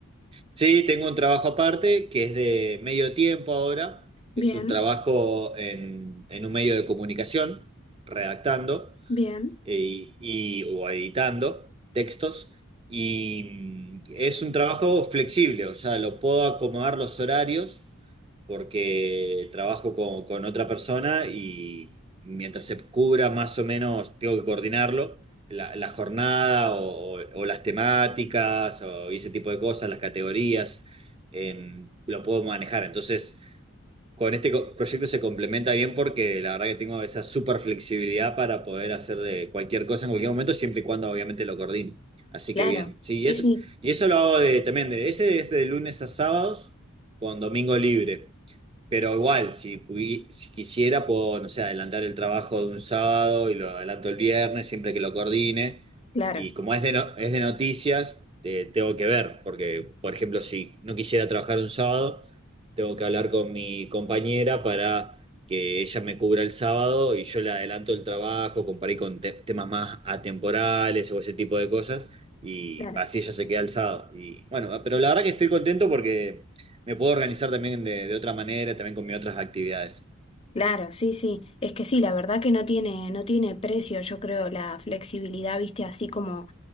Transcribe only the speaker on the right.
Sí, tengo un trabajo aparte que es de medio tiempo ahora, es
un trabajo en, en un medio de comunicación, redactando.
eh, y, o editando textos. Y mm, es un trabajo flexible, o sea, lo puedo acomodar los horarios porque trabajo con, con otra persona y mientras se cubra más o menos, tengo que coordinarlo, la, la jornada o, o- o las temáticas o ese tipo de cosas, las categorías, em, lo puedo manejar. Entonces con este co- proyecto se complementa bien porque la verdad que tengo esa super flexibilidad para poder hacer eh, cualquier cosa en cualquier momento, siempre y cuando obviamente lo coordine. Así
que bien, sí,
y eso,
y eso lo hago de, también, de, ese es de lunes a sábados con domingo libre. Pero igual, si, pudi- si quisiera, puedo, no sé, adelantar el trabajo de un sábado y lo adelanto el viernes, siempre que lo coordine.
Y como es de, no- es de noticias, eh, tengo que ver, porque, por ejemplo, si no quisiera trabajar un sábado, tengo que hablar con mi compañera para que ella me cubra el sábado y yo le adelanto el trabajo, comparé con te- temas más atemporales o ese tipo de cosas, y
así ella se queda el sábado. Y bueno, pero la verdad que estoy contento porque... Me puedo organizar también de, de otra manera, también con mis otras actividades.